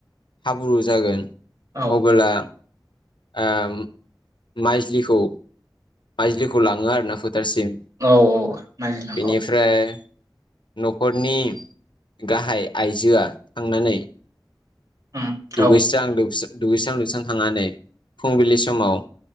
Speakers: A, on the left; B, on the right.
A: हाब्रु जागोन
B: औ
A: अबोला ओम माइज्लिखौ माइज्लिखौ लांङो आरो ना फो थारसिम
B: औ औ नायज्लां
A: बेनिफ्राय
B: औ
A: न'खरनि गाहाय आइजोआ थांनानै
B: उम औ
A: दुुगैस्रां लोबस्रां दुगैस्रां लोबसां थांनानै फुंबिलि समाव